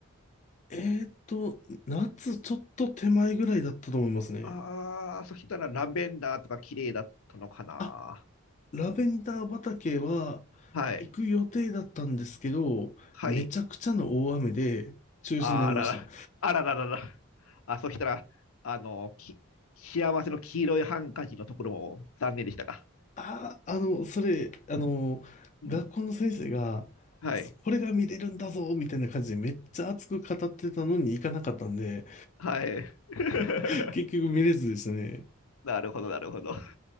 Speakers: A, on the left; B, on the left.
A: えーっと、夏ちょっと手前ぐらいだったと思いますね。
B: ああ、そしたらラベンダーとか綺麗だったのかな。
A: あ、ラベンダー畑は
B: はい。
A: 行く予定だったんですけど、
B: はい。
A: めちゃくちゃの大雨で中止になりました。
B: あらら、あらららら。あ、そしたら、あの、き、幸せの黄色いハンカチのところも残念でしたか。
A: ああ、あの、それ、あの、
B: うん。
A: 学校の先生が、
B: はい。
A: これが見れるんだぞ、みたいな感じでめっちゃ熱く語ってたのに行かなかったんで、
B: はい。<laughs>
A: <laughs> 結局見れずでしたね。
B: なるほど、なるほど。